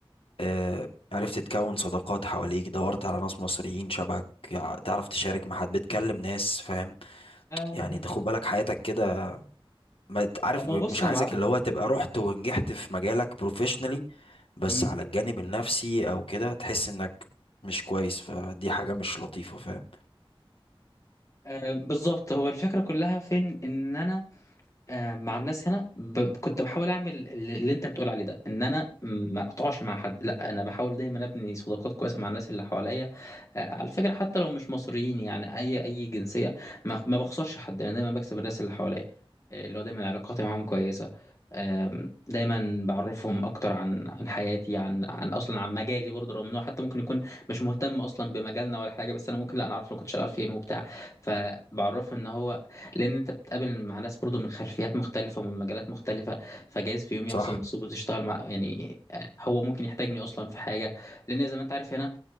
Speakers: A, on the left; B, on the left.
A: آه عرفت تكون صداقات حواليك دورت على ناس مصريين شبهك يع- تعرف تشارك مع حد بتكلم ناس فاهم
B: آه
A: يعني انت خد بالك حياتك كده ما ت- عارف
B: ما
A: ب-
B: هو بص
A: مش
B: يا
A: عايزك
B: معلم
A: اللي هو تبقى رحت ونجحت في مجالك بروفيشنالي بس
B: مم،
A: على الجانب النفسي او كده تحس انك مش كويس فدي حاجة مش لطيفة فاهم
B: آه بالظبط هو الفكره كلها فين ان انا آه، مع الناس هنا ب... كنت بحاول اعمل اللي اللي انت بتقول عليه ده ان انا ما اقطعش مع حد لا انا بحاول دايما ابني صداقات كويسه مع الناس اللي حواليا آه، على فكره حتى لو مش مصريين يعني اي اي جنسيه ما, ما بخسرش حد انا دايما بكسب الناس اللي حواليا آه، اللي هو دايما علاقاتي معاهم كويسه آم، دايما بعرفهم اكتر عن عن حياتي عن عن اصلا عن مجالي برضه رغم انه حتى ممكن يكون مش مهتم اصلا بمجالنا ولا حاجه بس انا ممكن لا انا عارف انا كنت شغال فين وبتاع فبعرفه ان هو لان انت بتقابل مع ناس برضو من خلفيات مختلفه ومن مجالات مختلفه فجايز في يوم يحصل
A: صح.
B: نصيب وتشتغل مع يعني هو ممكن يحتاجني اصلا في حاجه لان زي ما انت عارف هنا